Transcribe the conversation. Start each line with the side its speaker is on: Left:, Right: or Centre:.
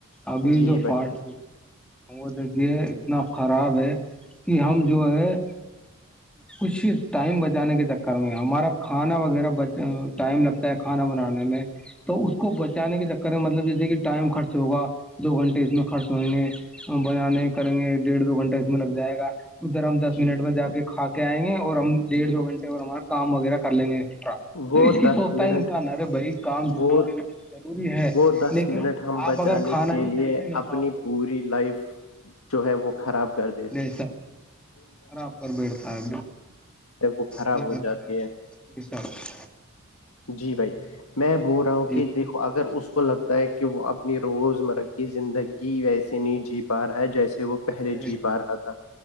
Centre: ابھی
Left: جی
Centre: جو فاسٹ
Left: بھائی
Centre: فوڈ ہے وہ دیکھیے اتنا خراب ہے کہ ہم جو ہے کھ ٹائم بچانے کے چکر میں ہمارا کھانا وغیرہ ب ٹائم لگتا ہے کھانا بنانے میں تو اس کو بچانے کے چکر میں مطلب جیسے کہ ٹائم خرچ ہوگا دو گھنٹے اس میں خرچ ہوںیں گے بنانے کریں گے ڈیڑھ دو گھنٹہ اس میں لگ جائے گا ادھر ہم دس
Left: جی
Centre: منٹ
Left: بھائی
Centre: میں جا کے کھا کے آئیں گے اور ہم ڈیڑھ دو گنٹے اور ہمارا کام وغیرہ کر لیں گے ایکسٹرا
Left: وہ
Centre: تو اس کی
Left: دس
Centre: سوچتا
Left: منٹ
Centre: ہے انسان ارے بھائی کام جلی
Left: وہ
Centre: کے ضروری ہے
Left: وہ دس
Centre: لیکن
Left: منٹ ہم بچانے
Centre: آپ اگر کھانا
Left: کے
Centre: ہی
Left: لیے
Centre: صحیح سے نہیں
Left: اپنی
Centre: کاؤ گے تو
Left: پوری لائف جو ہے وہ خراب کرتی
Centre: دیسا خراب کر بیڑتا ہے
Left: وہ خراب
Centre: بے
Left: ہو جاتی ہے
Centre: شک
Left: جی بھائی میں بول رہا ہوں
Centre: جی
Left: کہ دیکھو اگر اس کو لگتا ہے کہ وہ اپنی روزمرہ کی زندگی ویسے نہیں جی پا رہا ہے جیسے وہ پہلے
Centre: بے
Left: جی
Centre: شک
Left: پ آ رہا تھا